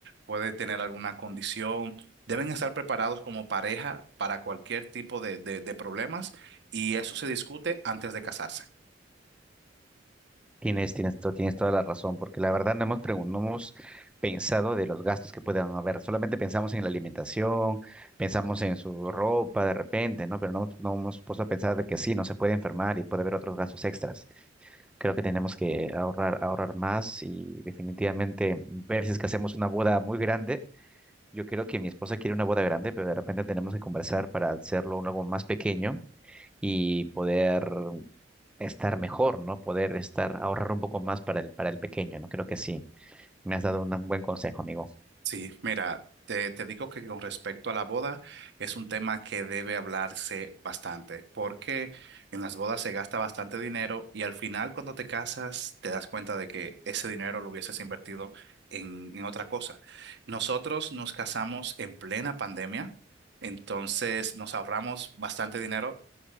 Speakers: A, on the right; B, in the centre.
A: puede tener alguna condición. Deben estar preparados como pareja para cualquier tipo de de- de problemas y eso se discute antes de casarse.
B: Tienes, tienes, to- tienes toda la razón, porque la verdad no hemos, pregun- no hemos pensado de los gastos que puedan haber, solamente pensamos en la alimentación, pensamos en su ropa de repente, ¿no? Pero no, no hemos puesto a pensar de que sí, no se puede enfermar y puede haber otros gastos extras. Creo que tenemos que ahorrar, ahorrar más y definitivamente ver si es que hacemos una boda muy grande. Yo creo que mi esposa quiere una boda grande, pero de repente tenemos que conversar para hacerlo algo más pequeño y poder estar mejor, ¿no? Poder estar, ahorrar un poco más para el, para el pequeño, ¿no? Creo que sí. Me has dado un buen consejo, amigo.
A: Sí, mira, te, te digo que con respecto a la boda es un tema que debe hablarse bastante, porque en las bodas se gasta bastante dinero y al final cuando te casas te das cuenta de que ese dinero lo hubieses invertido en, en otra cosa. Nosotros nos casamos en plena pandemia, entonces nos ahorramos bastante dinero